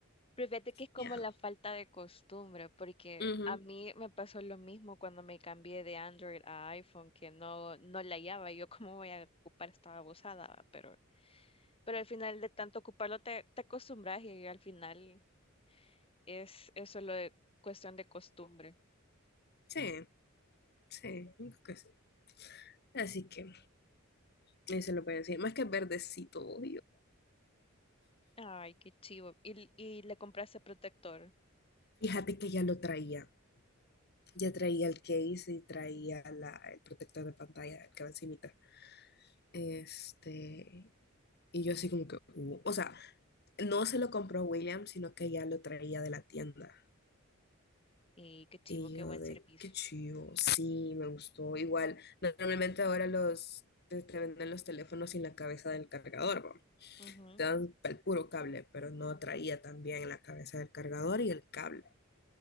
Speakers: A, on the left; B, on the left.
A: Pero fíjate que es como
B: y ajá.
A: la falta de costumbre, porque
B: Ujú.
A: a mí me pasó lo mismo cuando me cambié de Android a iPhone, que no, no la hallaba, y yo cómo voy a ocupar esta babosada, ¿va? pero Pero al final de tanto ocuparlo te, te acostumbras y al final es, es solo de- cuestión de costumbre.
B: Sí, sí, creo que sí. Así que, eso lo voy a decir. Más que verdecito,
A: Ay, qué chivo. Y, y le compraste protector.
B: Fíjate que ya lo traía. Ya traía el case y traía la, el protector de pantalla, el que va encimita. Este, y yo así como que, uh, o sea, no se lo compró William, sino que ya lo traía de la tienda.
A: Y qué chivo,
B: Y
A: qué
B: yo
A: buen
B: de,
A: servicio.
B: qué chido, sí, me gustó. Igual, normalmente ahora los, te, te venden los teléfonos sin la cabeza del cargador, ¿va?
A: Ujú.
B: Te dan el puro cable, pero no traía también la cabeza del cargador y el cable.